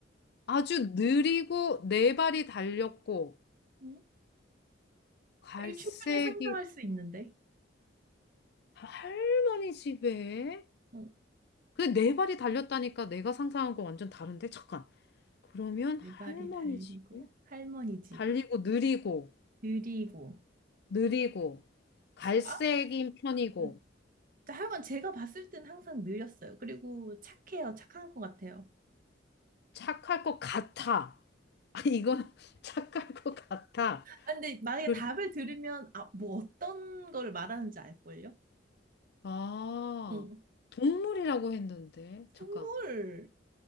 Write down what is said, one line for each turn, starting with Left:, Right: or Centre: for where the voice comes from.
Left: 아주 느리고 네 발이 달렸고
Right: 응?
Left: 갈색이
Right: 이거 충분히 상상할 수 있는데.
Left: 할머니 집에?
Right: 응.
Left: 그 네 발이 달렸다니까 내가 상상한 거 완전 다른데? 잠깐. 그러면
Right: 네
Left: 할머니
Right: 발이 달리고
Left: 집에?
Right: 할머니 집
Left: 달리고 느리고
Right: 느리고
Left: 느리고 갈색인
Right: 아?
Left: 편이고
Right: 음. 하여간 제가 봤을 땐 항상 느렸어요. 그리고 착해요. 착한 것 같아요.
Left: 착할 것 같아. 아, 이건 <laughs> 착할 것 같아.
Right: 아, 근데 만약에
Left: 그,
Right: 답을 들으면, 아, 뭐 어떤 거를 말하는지 알걸요?
Left: 아,
Right: 응.
Left: 동물이라고 했는데. 잠깐.
Right: 동물.